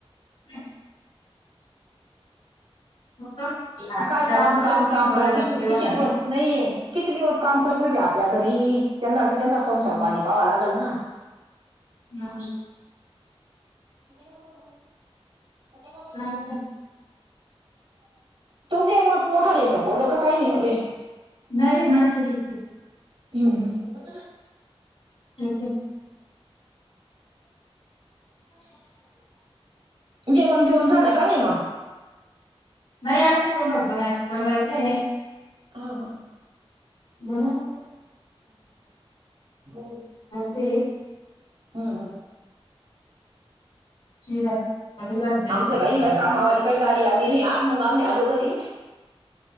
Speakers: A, on the left (about 70°); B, on the right (about 75°).
A: ह मग
B: काय
A: जालपूर
B: काम काम काम
A: ब
B: काम किती
A: देवना
B: किती दिवस
A: नाही
B: नाही किती दिवस काम करतील ते आपल्या घरी त्यांगी त्यांचा संसार
A: हम
B: पाणी पाहावा लागेल ना
A: हा
B: <inaudible>
A: स्वयंपाक
B: तुमच्या एक मस्त मोठाले का पोर का काही नाही एवढे
A: नाही नाही माझ छटी
B: हम् ह
A: क
B: जेवण बिवन झालं का नाही
A: नाही आताच ल बन बनवायचं आहे
B: हा हा
A: म्हण
B: हम्
A: ते
B: हम्
A: श
B: आमचं काही नाही काय कामावाली काही गाडी आली नाही आ मग आम्ही आलो घरी